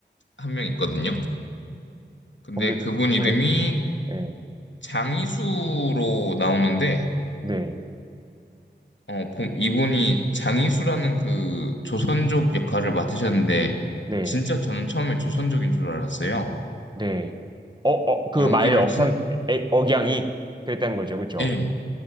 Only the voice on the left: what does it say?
한 명 있거든요. 근데
그분
이름이
장이수로 나오는데,
어, 보- 이분이 장이수라는 그 조선족 역할을 맡으셨는데,
진짜 저는 처음에 조선족인 줄 알았어요.
연기를
진,
예.